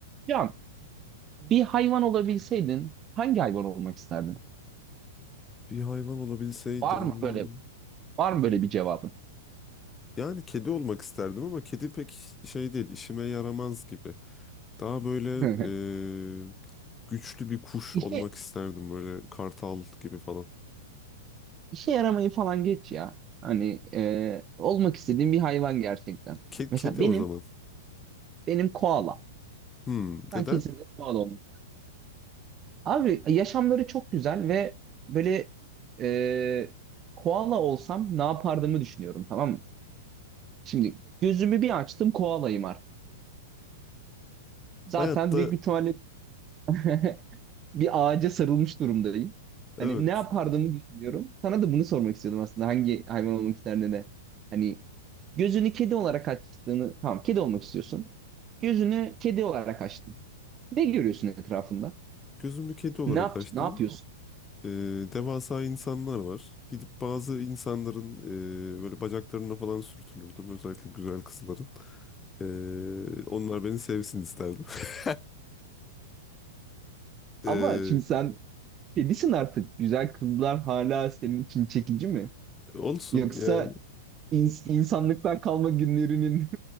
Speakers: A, on the right; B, on the left.
A: Ya bir hayvan olabilseydin hangi hayvan olmak isterdin?
B: Bir hayvan olabilseydim.
A: Var mı böyle var mı böyle bir cevabın?
B: Yani kedi olmak isterdim ama kedi pek şey değil, işime yaramaz gibi. Daha böyle
A: <laughs>
B: e, güçlü bir kuş
A: İşe
B: olmak isterdim böyle kartal gibi falan.
A: işe yaramayı falan geç ya. Hani e, olmak istediğim bir hayvan gerçekten.
B: Ke-
A: Mesela
B: kedi
A: benim
B: o zaman.
A: benim koala.
B: Hmm,
A: Ben
B: neden?
A: kesinlikle koala olmak. Abi yaşamları çok güzel ve böyle e, koala olsam ne yapardığımı düşünüyorum tamam mı? Şimdi gözümü bir açtım koalayım artık. Zaten
B: Hayatta
A: büyük bir ihtimalle <laughs> bir ağaca sarılmış durumdayım. Hani
B: evet
A: ne yapardığımı düşünüyorum. Sana da bunu sormak istiyordum aslında. Hangi hayvan olmak isterdin de. Hani gözünü kedi olarak açtığını... Tamam kedi olmak istiyorsun. Gözünü kedi olarak açtın. Ne görüyorsun etrafında?
B: gözümü kedi olarak
A: Ne yap
B: açtım.
A: ne yapıyorsun?
B: E, devasa insanlar var. Gidip bazı insanların e, böyle bacaklarına falan sürtünürdüm. Özellikle güzel kızların. E, onlar beni sevsin isterdim. <laughs> E,
A: Ama şimdi sen kedisin artık. Güzel kızlar hala senin için çekici mi?
B: Olsun
A: Yoksa
B: yani.
A: ins- insanlıktan kalma günlerinin